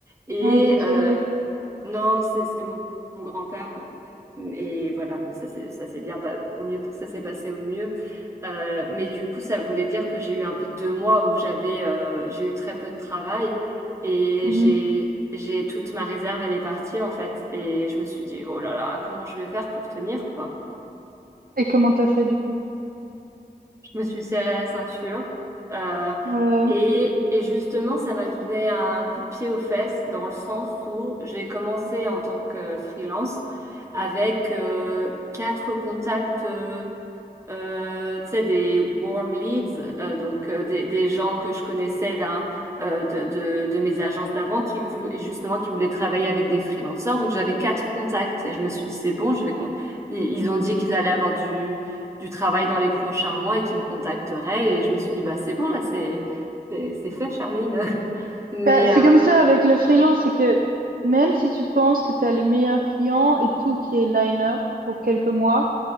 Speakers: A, on the right (about 15°); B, on the right (about 65°).
A: Et
B: Ah, désolé.
A: euh, non, c'est c'est mon, mon grand-père. euh, Et voilà, mais ça c'est ça s'est bien pas- au mieux ça s'est passé au mieux. Euh, mais du coup, ça voulait dire que j'ai eu un peu deux mois où j'avais euh, j'ai eu très peu de travail et
B: Mhm.
A: j'ai j'ai toute ma réserve elle est partie en fait. Et je me suis dit oh là là comment je vais faire pour tenir quoi.
B: Et comment t'as fait, du coup?
A: Je me suis serré la ceinture. euh,
B: ouais ouais.
A: et, et justement, ça m'a donné un coup de pied aux fesses dans le sens où j'ai commencé en tant que freelance avec euh, quatre contacts. euh, euh, tu sais, des warm leads, euh, donc euh, des, des gens que je connaissais d'un, euh, de, de, de mes agences d'avant qui vou- justement qui voulaient travailler avec des freelancers. Donc j'avais quatre contacts et je me suis dit c'est bon, je vais con- ils, ils ont dit qu'ils allaient avoir du du travail dans les prochains mois et qu'ils me contacteraient et je me suis dit bah c'est bon là c'est c'est c'est fait Charline. <laughs> Mais
B: Bah, c'est
A: euh,
B: comme ça avec le freelance, c'est que même si tu penses que tu as les meilleurs clients et tout qui est line-up pour quelques mois,